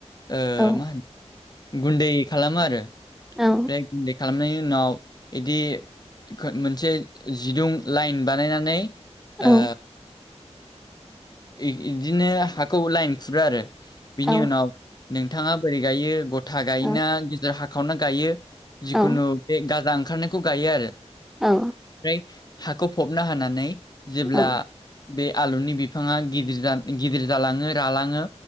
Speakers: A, on the left; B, in the centre.
A: ओ
B: औ
A: मा होनो गुन्दै खालामो आरो
B: औ
A: बे गुन्दै खालामनायनि उनाव इदि मोनसे जिदुं लाइन बानायनानै
B: औ
A: ओ इ-इदिनो हाखौ लाइन खुरो आरो बिनि
B: औ
A: उनाव नोंथाङा बोरै गायो गथा गायोना
B: औ
A: गेजेर हाखावना गायो जिखुनु
B: औ
A: बे गाजा ओंखारनाय खौ गायो आरो।
B: औ
A: ओमफ्राय हाखौ फबना हानानै जेब्ला
B: औ
A: बे आलुनि बि बिफाङा गिदर-जा गिदिर जालाङो रालाङो